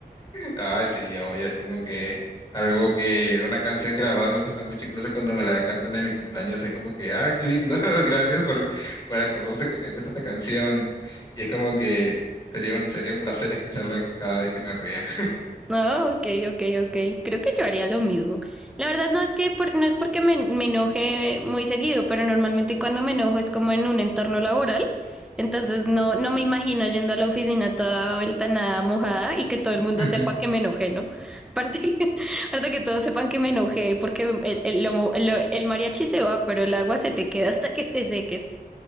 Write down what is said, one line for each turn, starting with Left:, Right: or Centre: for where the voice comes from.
Left: Ah, sí, obvio, es como que algo que, una canción que la verdad me gusta mucho, incluso cuando me la cantan en mi cumpleaños, es como que, ah, qué lindo, <laughs> gracias por, por acordarse que me gusta esta canción. Y es como que sería un, sería un placer escucharla cada vez que me ría. <laughs>
Centre: No, ok, ok, ok. Creo que yo haría lo mismo. La verdad no es que por- no es porque me, me enoje muy seguido, pero normalmente cuando me enojo es como en un entorno laboral. Entonces
Left: Mm.
Centre: no, no me imagino yendo a la oficina toda vuelta nada mojada y que todo el mundo
Left: Ujú.
Centre: sepa que me enojé, ¿no? Aparte, <laughs> aparte que todos sepan que me enojé porque el, el, lo mo- lo- el mariachi se va, pero el agua se te queda hasta que se seques.